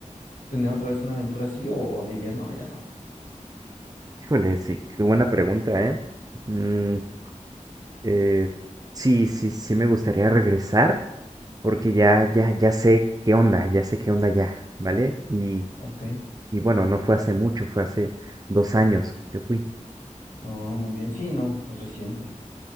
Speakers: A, on the left; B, on the right.
A: ¿Tener otra vez una aventura así o, o dirías, no, ya no?
B: Híjole, sí, qué buena pregunta, ¿eh? Mm, eh, sí, sí, sí me gustaría regresar, porque ya, ya, ya sé qué onda, ya sé qué onda ya, ¿vale? Y,
A: Ok,
B: y bueno, no fue hace mucho, fue hace dos años que fui.
A: no, muy bien, sí, no, es reciente.